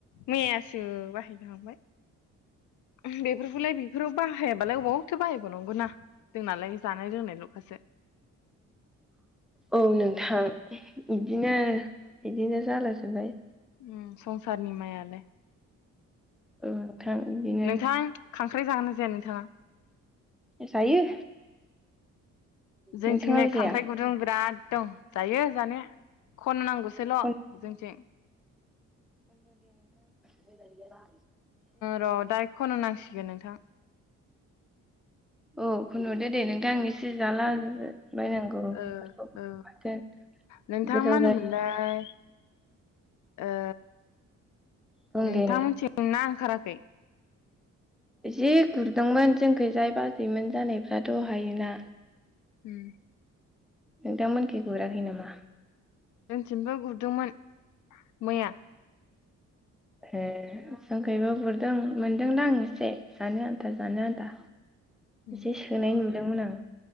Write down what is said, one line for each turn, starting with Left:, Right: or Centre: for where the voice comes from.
Left: मैयासो बाहायनो हांबाय बेफोरखौलाय बेफोराव बाहायाबालाय अबाव थो बाहायबाव नंगौना जोंनालाय जानाय लोंनायल'खासो
Centre: औ नोंथां बिदिनो बिदिनो जाला जोबबाय
Left: उम संसारनि माइयालाय
Centre: औ बिदिनो
Left: नोंथां खांख्राय जागोना जाया नोंथाङा
Centre: जायो
Left: जोंथिं
Centre: नोंथाङालाय
Left: नै खांख्राइ
Centre: जाया
Left: गुदुं बिराद दं जायो जानाया खन नांगौसोल'
Centre: खन
Left: जोंथिं
Centre: या दा
Left: र' दा खन नांसिग गोन नोंथां
Centre: औ खुनोदे दे नोंथां आं इ एसे जाला बायनांगौ बेफोरखौ
Left: ओ औ
Centre: बाथोन
Left: नोंथां
Centre: गोथाव
Left: मा होनोमोनलाय
Centre: जायो
Left: ओ
Centre: बुं
Left: नोंथां
Centre: दे
Left: मोनथि ना ओंखाराखै
Centre: जि गुरदोंमोन जोंख जाय बाजैमोन जानायफ्राथ' दहायो ना
Left: हम
Centre: नोंथांमोनख गुराखै नामा
Left: जोंथिमबो गुरदोंमोन मैया
Centre: ए जोंखैबा गुरदों मोनदोंनाा आं एसे जानो आन्था जानो आन्था
Left: उम
Centre: एसे सोनाय दोंमोन आं